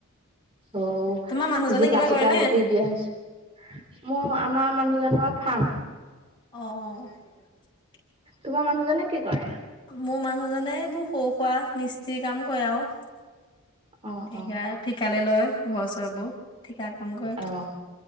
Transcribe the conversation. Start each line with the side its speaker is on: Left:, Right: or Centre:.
Right: ঔওক,
Left: তোমাৰ মানুহজনে
Right: জিকা-চিকা
Left: কিবা কৰে নে?
Right: গুতি দিয়া হৈছে। মোৰ-আমাৰ মানুহজনৰ ফাৰ্ম।
Left: অ'।
Right: তোমাৰ মানুহজনে কি কৰে?
Left: মোৰ মানুহজনে এইবোৰ সৰু খোৱা মিস্ত্ৰী কাম কৰে আৰু।
Right: অ
Left: ঠিকা,
Right: অ
Left: ঠিকালে লয় ঘৰ-চৰবোৰ, ঠিকাত কাম কৰে।
Right: অ'